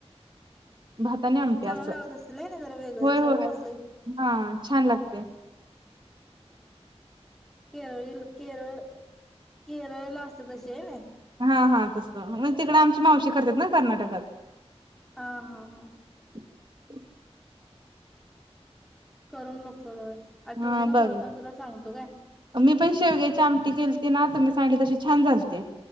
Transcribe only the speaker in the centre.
चांगल
लागत असेल हाय ना जरा वेगळी
चव
असं
केरळी केरळ केरळला असत तशी ना
हां हां हां,
करून बघतो तस आठवणीन
ना
करतो तुला सांगतो काय